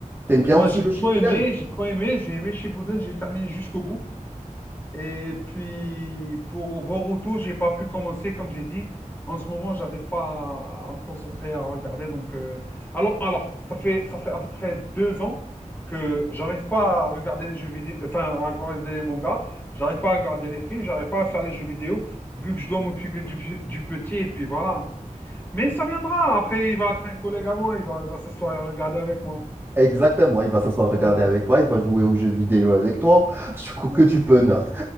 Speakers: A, on the right (about 15°); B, on the left (about 15°).
A: t'aimes
B: Moi,
A: bien aussi
B: j'ai
A: le
B: trop
A: Shippuden?
B: aimé, j'ai trop aimé, j'ai aimé Chipotle, j'ai terminé jusqu'au bout. Et puis, pour Boruto, j'ai pas pu commencer, comme j'ai dit. En ce moment, j'arrive pas à, à me concentrer à regarder. Donc, euh, alors, alors, ça fait, ça fait à peu près deux ans que j'arrive pas à regarder les jeux vidéo, enfin, à regarder les mangas. J'arrive pas à regarder les films. J'arrive pas à faire les jeux vidéo, vu que je dois m'occuper du, p- du petit. Et puis voilà. Mais ça viendra. Après, il va être un collègue à moi. Il va, il va s'asseoir et regarder avec moi.
A: Exactement, il va s'asseoir regarder
B: Voilà,
A: avec toi, il va jouer aux jeux vidéo avec toi, <laughs> du coup
B: c'est clair.
A: que du bonheur.